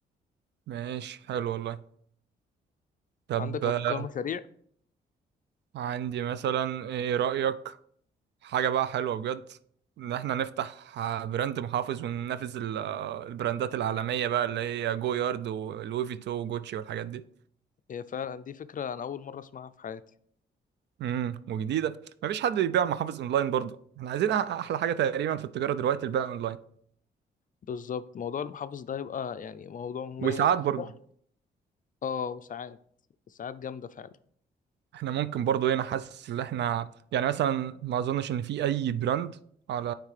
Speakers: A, on the right; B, on the left.
A: ماشي حلو والله طب
B: عندك
A: آه،
B: افكار مشاريع
A: عندي مثلا ايه رأيك حاجة بقى حلوة بجد إن إحنا نفتح براند محافظ وننافس ال- آه، البراندات العالمية بقى اللي هي جو يارد ولوي فيتو وجوتشي والحاجات دي
B: هي فعلا دي فكره انا اول مره اسمعها في حياتي
A: امم وجديدة مفيش حد بيبيع محافظ أونلاين برضه إحنا عايزين أح- أحلى حاجة تقريبا في التجارة دلوقتي البيع أونلاين
B: بالظبط موضوع المحافظ ده هيبقى يعني موضوع مميز
A: وساعات
B: جدا
A: برضه
B: اه وساعات ساعات جامده فعلا
A: إحنا ممكن برضه هنا حاسس إن إحنا يعني مثلا ما أظنش إن في أي براند على